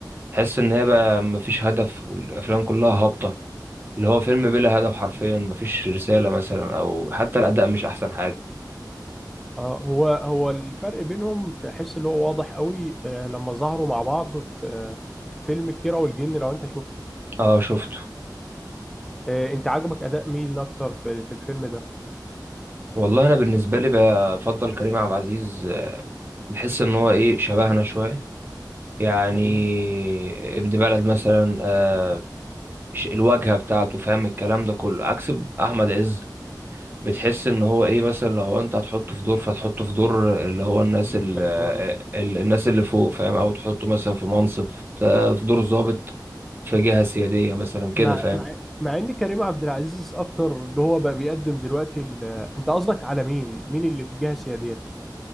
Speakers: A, on the right; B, in the centre.
A: تحس إن هي بقى مفيش هدف والأفلام كلها هابطة اللي هو فيلم بلا هدف حرفيا مفيش رسالة مثلا أو حتى الأداء مش أحسن حاجة
B: آه، هو هو الفرق بينهم تحس اللي هو واضح قوي آه، لما ظهروا مع بعض في آه، في فيلم كيرة والجن لو أنت شفته
A: اه شفته
B: آه، أنت عجبك أداء مين أكتر في في الفيلم ده؟
A: والله أنا بالنسبة لي بفضل كريم عبد العزيز آه، بحس إن هو إيه شبهنا شوية يعني
B: ايوه
A: ابن بلد مثلا آه ش- الواجهة بتاعته فاهم الكلام ده كله عكس أحمد عز بتحس إن هو إيه مثلا لو أنت هتحطه في دور فتحطه في دور اللي هو الناس
B: الباد
A: ال آه،
B: بوي
A: ال- الناس اللي فوق فاهم أو تحطه مثلا في منصب في دور ضابط في جهة سيادية مثلا كده
B: مع
A: فاهم
B: مع مع ان كريم عبد العزيز اكتر اللي هو بقى بيقدم دلوقتي ال... انت قصدك على مين مين اللي في جهه سياديه